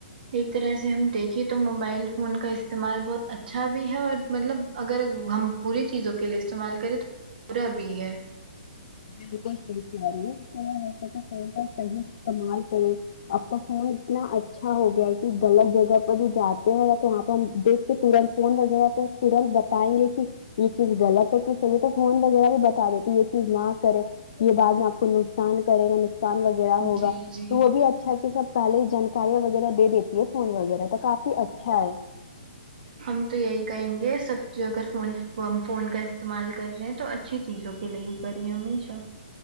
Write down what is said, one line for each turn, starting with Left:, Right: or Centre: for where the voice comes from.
Right: ایک طرح سے ہم دیکھیں تو موبائل فون کا استعمال بہت اچھا بھی ہے اور مطلب اگر ہم بری چیزوں کے لیے استعمال کریں تو برا بھی ہے
Left: بالکل صحیح تیاری ہے اس طرح ایسا کہ فون کا صحیح استعمال کرے اب کا فون اتنا اچھا ہو گیا ہے کہ غلط جگہ پر بھی جاتے ہیں تو وہاں پہ ہم دیکھ کے تورن فون وغیرہ پہ تورنت بتائیں گے کی یے چیز غلط ہے کی صحیح تو فون وغیرہ بھی بتا دیتے یے چیز نہ کرے یے بعد میں آپ کو نقصان کرے گا نقصان وغیرہ ہوگا
Right: جی جی
Left: تو وہ بھی اچھا کی سب پہلے جانکاریاں وغیرہ دے دیتی ہے فون وغیرہ تو کافی اچھا ہے
Right: ہم تو یہی کہیں گے سب اگر فون فون کا استعمال کر رہے ہیں تو اچھا اچھی چیزوں کے لیے ہی کریے ہمیشہ